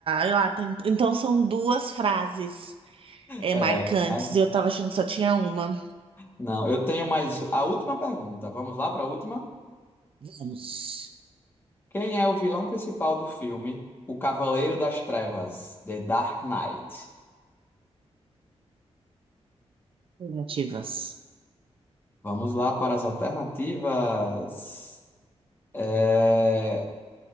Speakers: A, on the right (about 55°); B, on the left (about 20°).
A: Eu, ah, tem- então são duas frases é,
B: É,
A: marcantes
B: mas
A: e eu tava achando que só tinha uma.
B: não, eu tenho mais a última pergunta. Vamos lá para a última?
A: Vamos.
B: Quem é o vilão principal do filme O Cavaleiro das Trevas, The Dark Knight?
A: Alternativas.
B: Vamos lá para as alternativas. É,